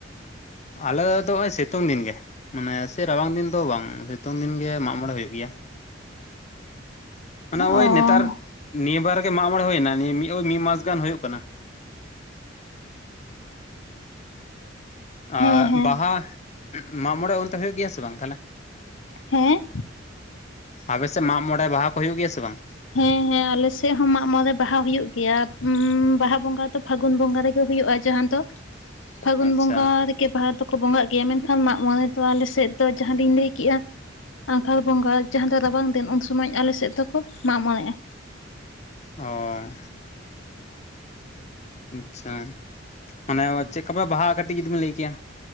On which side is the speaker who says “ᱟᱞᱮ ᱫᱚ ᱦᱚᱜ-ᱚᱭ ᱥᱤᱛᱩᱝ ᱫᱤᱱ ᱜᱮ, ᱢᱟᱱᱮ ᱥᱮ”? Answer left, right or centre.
Left